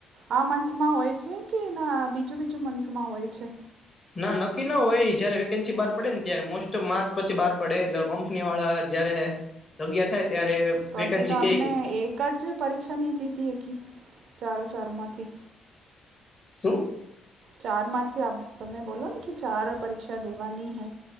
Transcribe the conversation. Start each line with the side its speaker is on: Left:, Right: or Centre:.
Right: આ મંથમાં હોય છે કે ના બીજું બીજું મંથમાં હોય છે?
Left: ના નક્કી ન હોય જયારે વેકન્સી બાર પડે ને ત્યારે મોસ્ટ ટ માર્ચ પછી બાર પડે એટલે કંપની વાળા જ્યારે જગ્યા થાય ત્યારે
Right: તો
Left: વેકન્સી
Right: હજુ તો
Left: કે
Right: અમને એક જ પરીક્ષા નઈ દીધી એકી ચારો ચાર માંથી
Left: શું
Right: ચાર માંથી આપ તમે બોલો ને કે ચાર પરીક્ષા દેવા ની હૈ